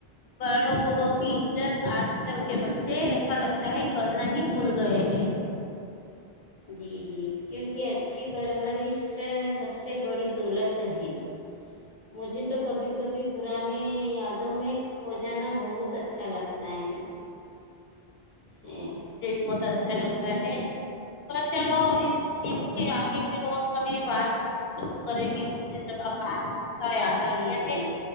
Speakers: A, on the left; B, on the left.
A: بڑوں بوڑھوں کی عزت آج کل کے بچے ایسا لگتا سہ کرنا ہی بھول گئے ہیں
B: جی جی کیونکہ اچھی پرورش سب سے بڑی دولت ہے مجھے تو کبھی کبھی پرانے یادوں میں کھو جانا بہت اچھا لگتا ہے ہیں
A: یہ بہت اچھا لگتا ہے ہے تو چلو اس کے آگے پھر اور کبھی بات گتگو کریں گے مجھے ذرا کام کا یاد آ
B: جی
A: گیا
B: جی
A: ہے